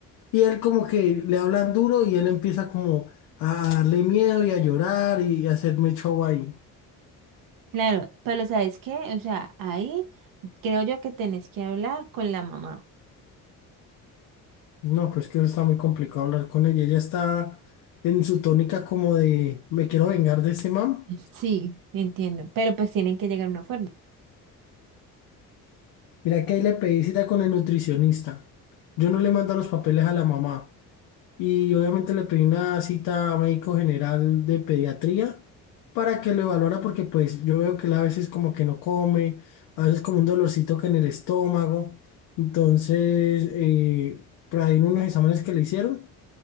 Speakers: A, on the left; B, on the right.
A: Y él como que le hablan duro y él empieza como a darle miedo y a llorar y a hacerme show ahí.
B: claro, pero ¿sabes qué? O sea, ahí Creo yo que tenés que hablar con la mamá.
A: No, pues que eso está muy complicado hablar con ella. Ella está en su tónica como de me quiero vengar de ese man.
B: <laughs> Sí, entiendo, pero pues tienen que llegar a un acuerdo.
A: Mira que ahí le pedí cita con el nutricionista. Yo no le mando los papeles a la mamá. Y obviamente le pedí una cita a médico general de pediatría para que lo evaluara porque pues yo veo que él a veces como que no come, a veces como un dolorcito que en el estómago. Entonces, eh, por ahí en unos exámenes que le hicieron.